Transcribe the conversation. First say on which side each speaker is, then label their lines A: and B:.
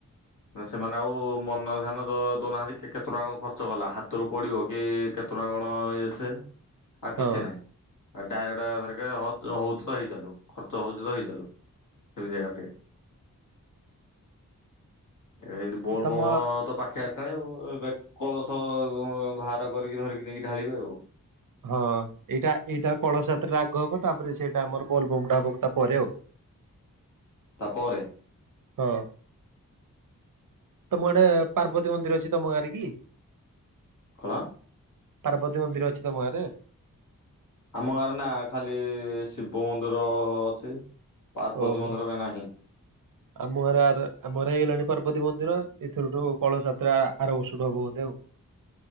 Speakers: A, on the left; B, on the right.
A: ମ ସେମାନେ ଆଉ ମନ ଧ୍ୟାନ ତ ଦଉନାହାନ୍ତି କେତେ ଟଙ୍କା ଖର୍ଚ୍ଚ କଲା ହାତରୁ ପଡିବ କି କେ କେତେ ଟଙ୍କା କଣ ଇଏ ସିଏ ଆଉ
B: ହଁ
A: କିଛି ନାହିଁ ଆ ଡାଇରେକ୍ଟର ହଉଛି ତ ହେଇ ଚାଲୁ ଖର୍ଚ୍ଚ ହଉଛି ତ ହେଇ ଚାଲୁ ସେମିତି ଜାଗା ପାଇଁ ଏ ଏମିତି ବୋଲବମ୍
B: ତମ
A: ତ ପା ଖେଇ ଆସିଲାଣି ଆଉ ଏବେ କଳସ ବାହାର କରିକି ଧରିକି ନେଇକି ଢାଳିବେ ଆଉ
B: ହଁ ଏଇଟା ଏଇଟା କଳସଯାତ୍ରା ଆଗ ହବ ତାପରେ ସେଇଟା ଆମର ବୋଲ ବୋମ ଟା ହବ ତାପରେ ଆଉ
A: ତାପରେ
B: ହଁ ତମ ଗଟେ ପାର୍ବତୀ ମନ୍ଦିର ଅଛି ତମ ଗାଁରେ କି?
A: କଣ
B: ପାର୍ବତୀ ମନ୍ଦିର ଅଛି ତମଗାଁ ରେ?
A: ଆମ ଗାଁରେ ନା ଖାଲି ଶିବ ମନ୍ଦିର ଅଛି। ପାର୍ବତୀ
B: ଓହୋ
A: ମନ୍ଦିର କାଇଁ ନାହିଁ।
B: ଆମର ଆମର ହେଇଗଲାଣି ପାର୍ବତୀ ମନ୍ଦିର ଏଥିରୁଠୁ କଳସାତରେ ଆର ବର୍ଷ ଠୁ ହବ ବୋଧେ ଆଉ।